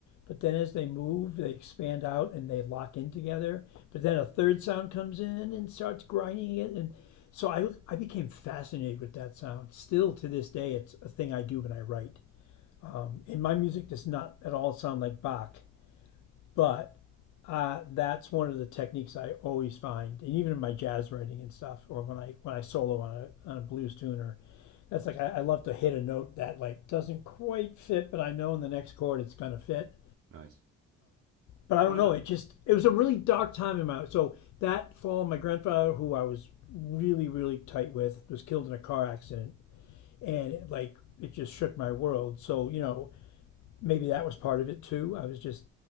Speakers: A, on the left; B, on the right.
A: but then as they move, they expand out and they lock in together. But then a third sound comes in and starts grinding it, and so I I became fascinated with that sound. Still to this day, it's a thing I do when I write. And my music does not at all sound like Bach, but uh, that's one of the techniques I always find, and even in my jazz writing and stuff, or when I when I solo on a on a blues tune, or that's like I, I love to hit a note that like doesn't quite fit, but I know in the next chord it's gonna fit.
B: Nice.
A: But I
B: One
A: don't
B: of
A: know.
B: the
A: It just it was a really dark time in my life. so that fall, my grandfather, who I was really really tight with, was killed in a car accident, and it, like it just shook my world. So you know, maybe that was part of it too. I was just